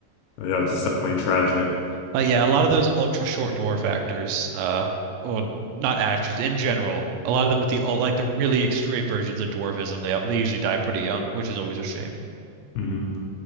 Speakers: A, on the left (about 75°); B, on the right (about 85°).
A: yeah it's definitely tragic.
B: But yeah, a lot of those ultra short dwarf actors, uh, well, not actors in general, a lot of them with the ul- like the really extreme versions of dwarfism, they they usually die pretty young, which is always a shame.
A: hmm